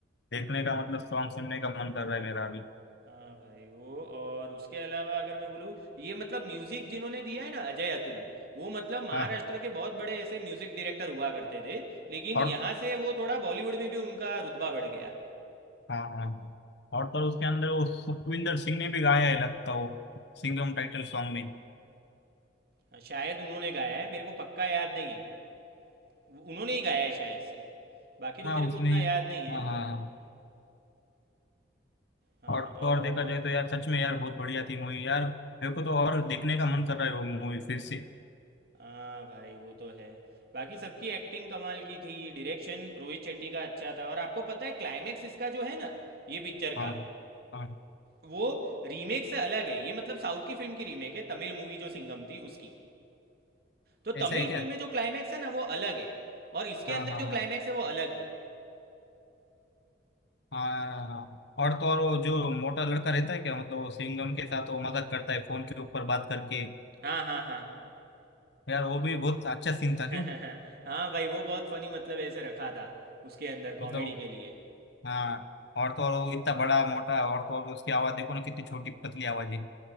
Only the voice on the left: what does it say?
देखने
का मतलब सॉन्ग सुनने का मन कर रहा है मेरा अभी
हाँ
और
हाँ हाँ और तो उसके अंदर वो सुखविंदर सिंह ने भी गाया है लगता है वो सिंघम टाइटल सॉन्ग में
हाँ
उसने
हाँ हाँ हाँ
और तो
और देखा जाए तो यार सच में यार बहुत बढ़िया थी मूवी यार मेरे को तो और देखने का मन कर रहा है वो मूवी फिर से
हाँ
हाँ
ऐसा
है क्या
हाँ
हाँ
हाँ
हाँ हाँ। और तो और वो जो मोटा लड़का रहता है क्या मतलब वो सिंघम के साथ वो मजाक करता है फोन के ऊपर बात करके
यार वो भी बहुत अच्छा सीन था
क्यों
मतलब
हाँ और तो और वो इतना बड़ा मोटा और तो और उसकी आवाज देखो ना कितनी छोटी पतली आवाज है